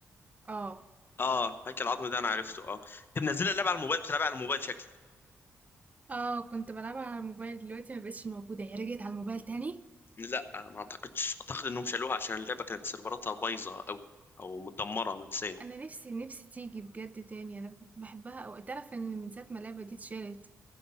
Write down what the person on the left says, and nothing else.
اه هيكل عظمي ده انا عرفته اه انت منزل اللعبه على الموبايل بتلعبها على الموبايل شكلك
لا ما اعتقدش اعتقد انهم شالوها عشان اللعبه كانت سيرفراتها بايظه قوي او متدمره نفسيا